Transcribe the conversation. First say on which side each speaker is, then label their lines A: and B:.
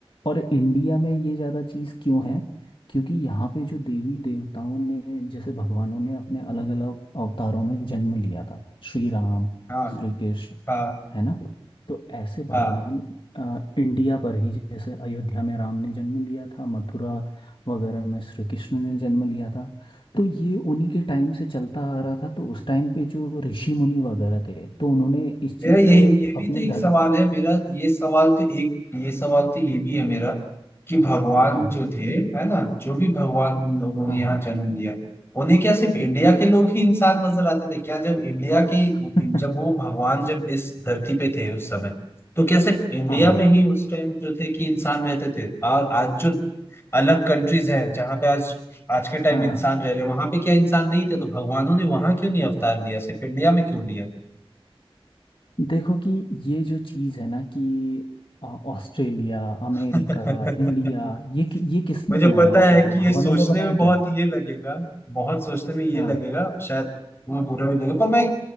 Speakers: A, on the left; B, on the left.
A: और इंडिया में ये ज़्यादा चीज़ क्यों है क्योंकि यहाँ पे जो देवी देवताओं ने जैसे भगवानों ने अपने अलग अलग अवतारों में जन्म लिया था श्री राम
B: हाँ
A: श्री कृष्ण
B: हाँ
A: है ना तो ऐसे भगवान
B: हाँ
A: अ, इंडिया पर ही जैसे अयोध्या में राम ने जन्म लिया था मथुरा वगैरह में श्री कृष्ण ने जन्म लिया था तो ये उन्हीं के टाइम से चलता आ रहा था तो उस टाइम पे जो ऋषि मुनि वगैरह थे तो उन्होंने इस
B: मेरा
A: चीज
B: यही
A: को
B: ये भी
A: अपने
B: तो एक
A: धर्म
B: सवाल है मेरा ये सवाल तो एक ये सवाल तो ये भी है मेरा कि भगवान
A: हाँ
B: जो थे है ना जो भी भगवान लोगों ने
A: हाँ
B: यहाँ
A: हाँ
B: जन्म लिया उन्हें क्या सिर्फ इंडिया के लोग ही इंसान नजर आते थे क्या जब इंडिया के
A: <laughs>
B: जब वो भगवान जब इस धरती पे थे उस समय तो क्या सिर्फ इंडिया
A: हाँ
B: में ही उस टाइम जो थे कि इंसान रहते थे और आज जो अलग कंट्रीज हैं जहाँ पे आज आज के टाइम
A: हाँ
B: इंसान
A: हाँ
B: रह रहे वहां पे क्या इंसान नहीं थे तो भगवानों ने वहां क्यों नहीं अवतार लिया सिर्फ इंडिया में क्यों लिया
A: देखो कि ये जो चीज है ना कि आ, ऑस्ट्रेलिया अमेरिका
B: <laughs>
A: इंडिया ये कि- ये किसने
B: मुझे
A: बनाया
B: पता
A: आप
B: है
A: बताओ
B: कि
A: भगवानों
B: ये सोचने
A: ने बनाया
B: में बहुत
A: क्या
B: ये लगेगा बहुत सोचने में ये
A: हाँ
B: लगेगा शायद तुम्हें बुरा भी लगेगा पर मैं एक,